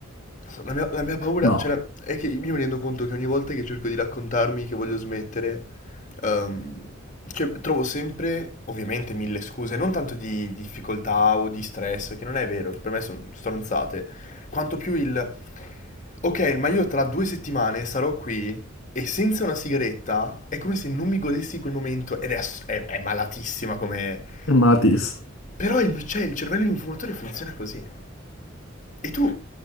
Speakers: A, on the left; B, on the left.
A: non so, la mia, la mia paura,
B: No,
A: cioè, la- è che io mi rendo conto che ogni volta che cerco di raccontarmi che voglio smettere, ehm, cioè, trovo sempre, ovviamente, mille scuse, non tanto di difficoltà o di stress, che non è vero, per me sono stronzate, quanto più il, ok, ma io tra due settimane sarò qui e senza una sigaretta è come se non mi godessi quel momento ed è, ass- è- è malatissima come...
B: è malatissimo.
A: Però il- cioè, il cervello di un fumatore funziona così. E tu,